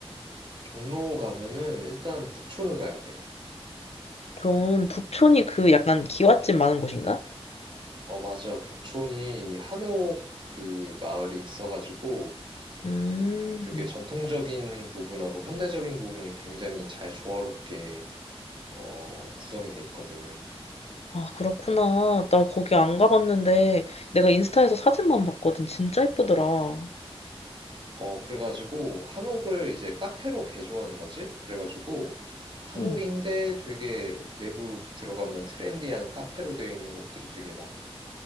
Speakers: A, on the right; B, on the left.
A: 종로 가면은 일단 북촌을 가야 돼.
B: 전 북촌이 그 약간 기와집 많은 곳인가?
A: 어, 맞아. 북촌이 한옥 그 마을이 있어가지고
B: 음.
A: 그 되게 전통적인 부분하고 현대적인 부분이 굉장히 잘 조화롭게 어, 구성이 돼 있거든.
B: 아, 그렇구나. 나 거기 안 가봤는데 내가 인스타에서 사진만 봤거든. 진짜 예쁘더라.
A: 어, 그래가지고 한옥을 이제 카페로 개조하는 거지? 그래가지고 한옥인데
B: 응.
A: 되게 내부 들어가면 트렌디한 카페로 되어 있는 곳들이 되게 많아.